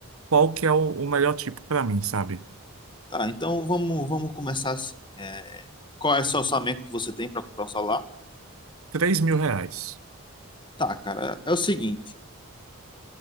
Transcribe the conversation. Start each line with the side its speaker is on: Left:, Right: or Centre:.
Right: qual que é o, o melhor tipo para mim, sabe?
Left: Tá, então vamos, vamos começar assim. É, qual é esse orçamento que você tem para comprar o celular?
Right: três mil reais.
Left: Tá, cara, é o seguinte.